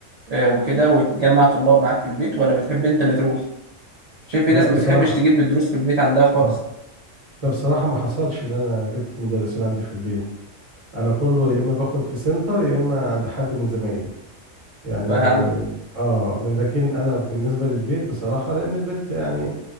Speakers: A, on the right (about 75°); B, on the right (about 30°).
A: آه، وكده وتجمع طلاب معاك في البيت ولا بتحب انت اللي تروح عشان في
B: لا
A: ناس
B: بصراحة
A: ما بتحبش تجيب الدروس في البيت عندها خالص
B: آه لا بصراحة ما حصلش اللي أنا جبت مدرسين عندي في البيت أنا كله يا إما باخد في سنتر يا إما عند حد من زمايلي يعني
A: فاهم
B: اه من- لكن انا بالنسبه للبيت بصراحه لان البيت يعني